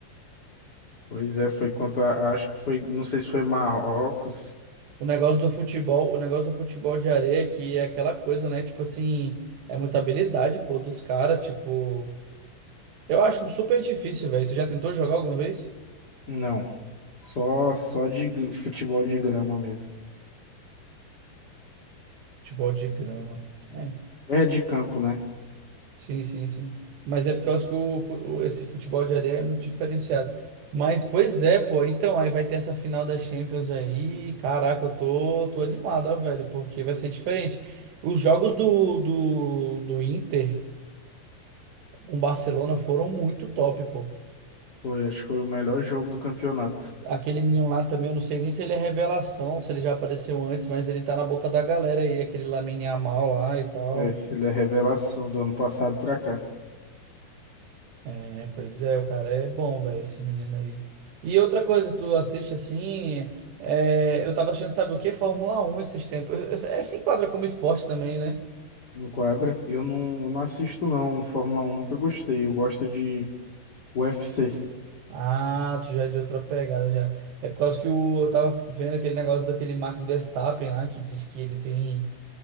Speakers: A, on the left (about 35°); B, on the right (about 85°).
A: Pois é, foi contra. Acho que foi. Não sei se foi Marrocos.
B: O negócio do futebol, o negócio do futebol de areia que é aquela coisa, né? Tipo assim, é muita habilidade, pô, dos caras, tipo. Eu acho super difícil, velho. Tu já tentou jogar alguma vez?
A: Não. Só, só de gr- futebol de grama mesmo.
B: Futebol de grama. É.
A: É de campo, né?
B: Sim, sim, sim. Mas é por causa que o, fu- o- esse futebol de areia é muito diferenciado. Mas, pois é, pô. Então, aí vai ter essa final da Champions aí. Caraca, eu tô, tô animado, ó, velho, porque vai ser diferente. Os jogos do, do, do Inter com o Barcelona foram muito top, pô.
A: Foi, acho que foi o melhor jogo do campeonato.
B: Aquele menino lá também, eu não sei nem se ele é revelação, se ele já apareceu antes, mas ele tá na boca da galera aí, aquele Lamine Yamal lá e tal.
A: É, ele é revelação do ano passado pra cá.
B: É, pois é, o cara é bom, velho, esse menino aí. E outra coisa, tu assiste assim. é, eu tava assistindo, sabe o quê? Fórmula Um, esses tempos. Esse- É, se enquadra como esporte também, né?
A: Enquadra. Eu não, eu não assisto, não, Fórmula um nunca gostei. Eu gosto de UFC.
B: Ah, tu já é de outra pegada já. É por causa que o, eu tava vendo aquele negócio daquele Max Verstappen lá, que diz que ele tem.